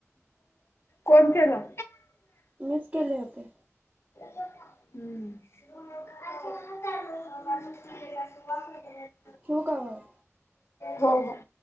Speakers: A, on the left; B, on the right.
A: कोण केला.
B: मीस केले होते.
A: हम्म. <unintelligible>
B: ठेऊ का मग.
A: हो हो.